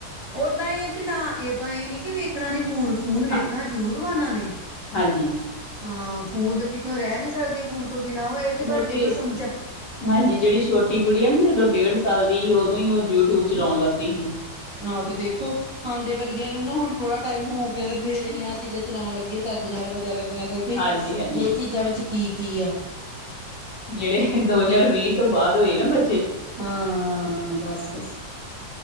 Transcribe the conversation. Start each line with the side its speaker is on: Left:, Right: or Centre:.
Right: ਓਦਾਂ ਇਹ ਕਿ ਨਾ ਏਦਾਂ ਇਹ ਨੀ ਕਿ ਵੇਖਣਾ ਨੀ ਫੋਨ ਫੋਨ ਵੇਖਣਾ
Left: ਮਤਲਬ
Right: ਜ਼ਰੂਰ ਵਾ ਉਹਨਾਂ ਨੇ
Left: ਹਾਂਜੀ
Right: ਹਾਂ ਫੋਨ ਤਾਂ ਪਿੱਛੋਂ ਰਹਿ ਨੀ ਸਕਦੇ ਫੋਨ ਤ ਤੋਂ ਬਿਨਾਂ ਹੋਏ ਕਿ
Left: ਉਹ
Right: ਬਟ ਜਦੋਂ
Left: ਤੇ
Right: ਸਮਝਾ
Left: ਹਾਂਜੀ ਜਿਹੜੀ ਛੋਟੀ ਕੁੜੀ ਆ ਨਾ ਜਦੋਂ ਡੇਢ ਸਾਲ ਦੀ ਸੀ ਉਦੋਂ ਹੀ ਉਹ ਯੂਟਿਊਬ ਚਲਾਉਣ ਲੱਗ ਪਈ ਸੀ।
Right: ਆਂ ਤੇ ਦੇਖੋ, ਹਾਂਡੇ ਵਰੀ ਨੂੰ ਨਾ ਹੁਣ ਥੋੜਾ ਟਾਈਮ ਹੋ ਕੇ ਤੇ ਫੇਰ ਅਸੀਂ ਆਹ ਚੀਜ਼ਾਂ ਚਲਾਉਣ ਲੱਗੇ ਚੱਜ ਨਾਲ। ਪਤਾ ਲੱਗਣਾ ਕਿਉਂਕਿ
Left: ਹਾਂਜੀ
Right: ਇਹ
Left: ਹਾਂਜੀ
Right: ਚੀਜ਼ਾਂ ਵਿੱਚ ਕੀ-ਕੀ ਆ।
Left: ਜਿਹੜੇ ਦੋ ਹਜ਼ਾਰ ਵੀਹ ਤੋਂ ਬਾਅਦ ਹੋਏ ਨਾ ਬ
Right: ਹਾਂ, ਬਸ-ਬਸ,